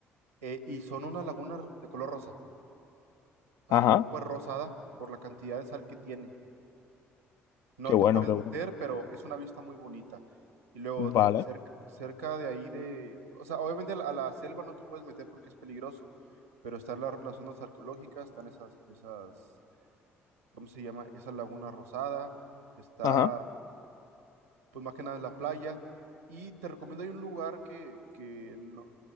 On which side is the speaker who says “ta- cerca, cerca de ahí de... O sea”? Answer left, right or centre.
Right